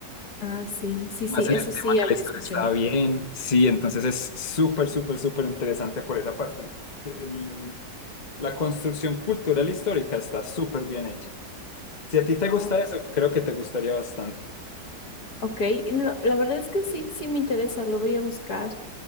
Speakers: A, on the left (about 60°); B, on the left (about 30°).
A: Ah, sí, sí,
B: más
A: sí,
B: en
A: eso
B: el tema
A: sí
B: que
A: había
B: la historia
A: escuchado.
B: está bien. Sí, entonces es súper, súper, súper interesante por esa parte. El- la construcción cultural histórica está súper bien hecha. Si a ti te
A: Oh,
B: gusta eso, creo que te gustaría bastante.
A: ok, no, la verdad es que sí, sí me interesa, lo voy a buscar.